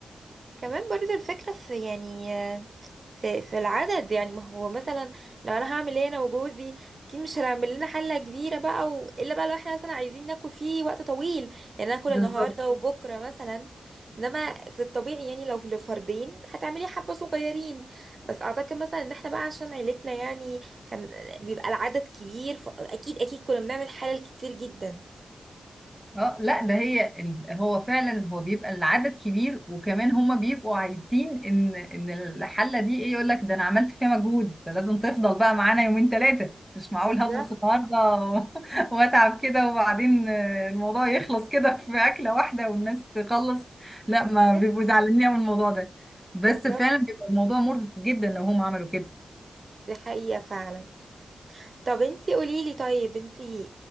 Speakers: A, on the right; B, in the centre.
A: كمان برضه الفكرة في يعني في في العدد يعني ما هو مثلا لو انا هعمل ايه انا وجوزي اكيد مش هنعمل لنا حلة كبيرة بقى و... الا بقى لو احنا مثلا عايزين ناكل فيه وقت طويل يعني ناكل
B: بالظبط
A: النهاردة وبكرة مثلا انما في الطبيعي يعني لو لفردين هتعملي حبة صغيرين بس اعتقد مثلا ان احنا بقى عشان عيلتنا يعني كان بيبقى العدد كبير فاكيد اكيد كنا بنعمل حلل كتير جدا
B: اه لا ده هي ال- هو فعلا هو بيبقى العدد كبير وكمان هما بيبقوا عايزين ان ان الحله دي ايه يقول لك ده انا عملت فيها مجهود فلازم تفضل بقى معانا يومين ثلاثه مش معقول
A: بالظبط
B: هطبخ النهارده و- <laughs> واتعب كده وبعدين آه، الموضوع يخلص كده <laughs> في اكله واحده والناس تخلص لا ما
A: أيوة،
B: بيبقوا زعلانين من الموضوع ده بس
A: بالظبط
B: فعلا بيبقى الموضوع مرهق جدا لو هم عملوا كده
A: دي حقيقة فعلا طب انتي قوليلي طيب انتي